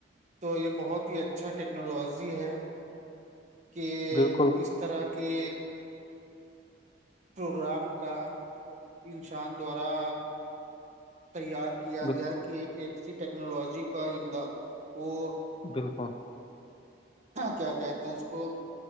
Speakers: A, on the right; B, on the left.
A: تو یہ بہت ہی اچھا ٹیکنالوزی ہے کہ
B: بالکل
A: اس طرح کے پروگرام کا انسان دوارا تیار کیا
B: بال
A: گیا کہ ایک ایکسی ٹیکنالوجی کا ان وہ
B: بالکل
A: کیا کہتے ہیں اس کو